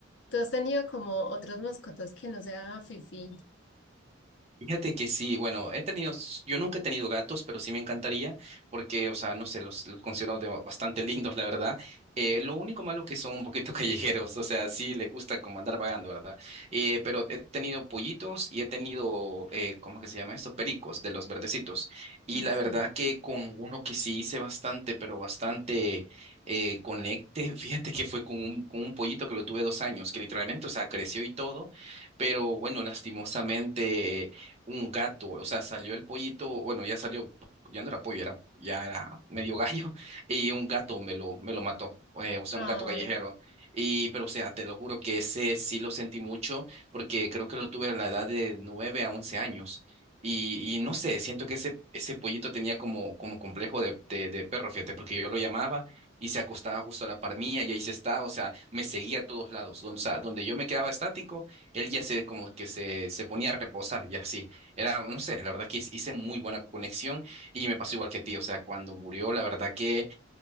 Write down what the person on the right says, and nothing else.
Fíjate que sí, bueno, he tenido, s- yo nunca he tenido gatos, pero sí me encantaría, porque, o sea, no sé, los, los considero de- bastante lindos, la verdad. Eh, lo único malo que son un poquito <laughs> callejeros, o sea, sí les gusta como andar vagando, ¿verdad? Eh, pero he tenido pollitos y he tenido, eh, ¿cómo que se llama esto? Pericos, de los verdecitos. Y
la verdad
que con uno que sí hice bastante, pero bastante eh, conecte, fíjate que fue con un, con un pollito que lo tuve dos años, que literalmente, o sea, creció y todo, pero bueno, lastimosamente un gato, o sea, salió el pollito, bueno, ya salió, ya no era pollo, era, ya era medio gallo, <laughs> y un gato me lo, me lo mató, eh, o sea,
un gato callejero. Y, pero, o sea, te lo juro que ese sí lo sentí mucho, porque creo que lo tuve a la edad de 9 a 11 años. Y, y no sé, siento que ese, ese pollito tenía como, como complejo de, de, de perro, fíjate, porque yo lo llamaba y se acostaba justo a la par mía y ahí se estaba, o sea, me seguía a todos lados, donde, o sea, donde yo me quedaba estático, él ya se como que se, se ponía a reposar y así. Era, no sé, la verdad que hice muy buena conexión y me pasó igual que a ti, o sea, cuando murió, la verdad que,